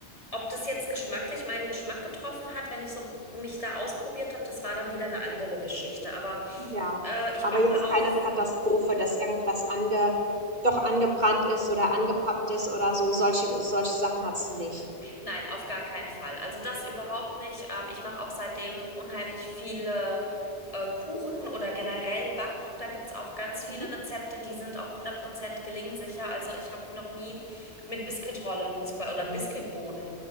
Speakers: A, on the left; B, on the right.
A: Ob das jetzt geschmacklich meinen Geschmack getroffen hat, wenn ich so mich da ausprobiert habe, das war dann wieder eine andere Geschichte. Aber
B: Ja,
A: äh, ich
B: aber
A: backe
B: jetzt
A: auch
B: keine Katastrophe, dass irgendwas ange, doch angebrannt ist oder angepappt ist oder so. Solche, solche Sachen hattest du nicht.
A: Nein, auf gar keinen Fall. Also das überhaupt nicht. Ähm, ich mache auch seitdem unheimlich viele äh, Kuchen oder generell Backen. Da gibt's auch ganz viele
B: Mhm.
A: Rezepte, die sind auch 100% gelingsicher. Also ich habe noch nie mit Biskuitrolle zum Beispiel oder Biskuitboden,